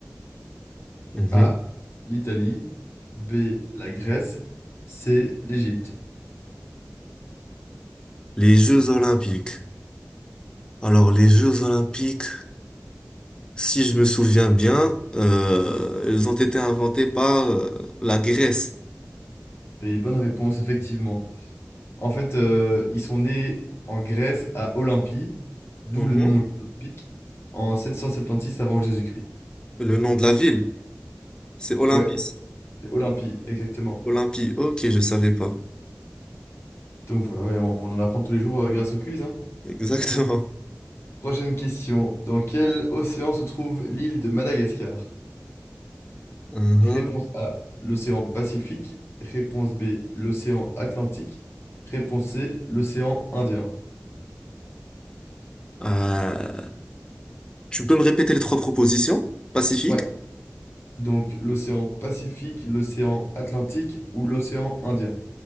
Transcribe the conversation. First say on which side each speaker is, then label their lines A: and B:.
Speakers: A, on the left; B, on the left.
A: Mhm.
B: A. L'Italie. B. La Grèce. C. L'Égypte.
A: Les Jeux Olympiques. Alors les Jeux Olympiques, si je me souviens bien, euh, ils ont été inventés par euh, la Grèce.
B: Et bonne réponse, effectivement. En fait, euh, ils sont nés en Grèce à Olympie, d'où
A: Mhm.
B: le nom olympique, en sept cent septante-six avant Jésus-Christ.
A: Le nom de la ville, c'est Olympis.
B: Ouais, c'est Olympie, exactement.
A: Olympie, ok, je savais pas.
B: Donc voilà, mais on, on en apprend tous les jours euh, grâce au quiz, hein.
A: <laughs> Exactement.
B: Prochaine question. Dans quel océan se trouve l'île de Madagascar?
A: Mhm.
B: Réponse A, l'océan Pacifique. Réponse B, l'océan Atlantique. Réponse C, l'océan Indien.
A: Euh, tu peux me répéter les trois propositions? Pacifique.
B: Ouais, donc l'océan Pacifique, l'océan Atlantique ou l'océan Indien.